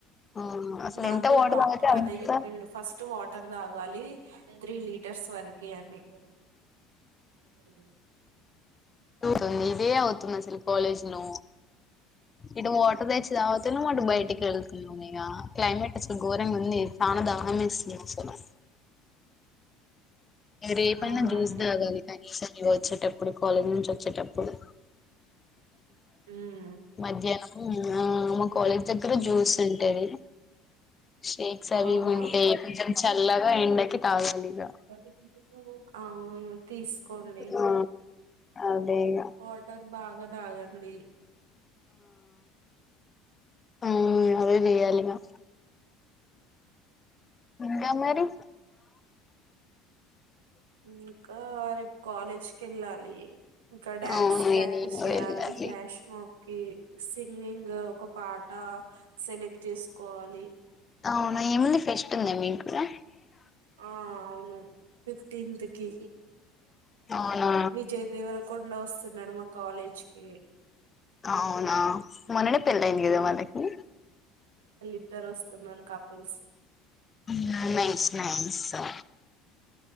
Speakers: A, on the left (about 25°); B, on the right (about 85°).
A: అవును అసలు
B: నాకు
A: ఎంత
B: కూడా
A: వాటర్
B: డాక్టర్
A: తాగితే అంత
B: అదే చెప్పిండు ఫస్ట్ వాటర్ తాగాలి త్రీ లీటర్స్ వరి కి అన్నీ టో <inaudible> <inaudible>
A: తూతుంది ఇదే ఔ తుంది అసలు కాలేజ్ నో ఇటు వాటర్ తెచ్చి తాగుతున్నం అటు
B: ఉమ్
A: బయటికెళ్తున్నాం ఇగ క్లైమేట్ ఘోరంగుంది చానా దాహం ఏస్ లే చ్చనా రేపైనా
B: అవునండి
A: జ్యూస్ తాగాలి కానీ ఇ వచ్చేటప్పుడు కాలేజ్ నుంచి వచ్చేటప్పుడు
B: ఉమ్
A: మధ్యాహ్నం హ్మ్ ఆ మ కాలేజ్ దగ్గర జ్యూస్ ఏవి షేక్స్ అవి
B: అవునా
A: ఉంటే <unintelligible> చల్లగా ఎండకి తాగాలి ఇక
B: <unintelligible> అవును తీసుకోండి
A: ఆ అదే ఇగ
B: వాటర్ బాగా తాగండి
A: హ్మ్ అదే చేయాలి గా ఇంకా మరి
B: ఇంకా రేపు కాలేజ్ కెళ్ళాలి ఇంకా డ్యాన్స్
A: అవును
B: ప్రాక్టీస్
A: ఇగ నేను కూడా
B: చేయాలి
A: వెళ్ళాలి
B: ఫ్లాష్ మా కి సింగింగ్ ఒక పాట సెలెక్ట్ చేసుకోవాలి
A: అవునా ఏం ఉంది ఫెస్ట్ ఉందా మీకు కూడా
B: ఆ అవును ఫిఫ్టీన్త్ కి
A: అవునా
B: విజయ్ దేవరకొండ వస్తు నాడు మా కాాలేజ్ కి
A: అవునా మొన్ననే పెళ్ళయ్యింది కదా వాళ్ళకి
B: ద్దరూ వస్తున్నారు కపుల్స్
A: ఔనా నైస్ నైస్సా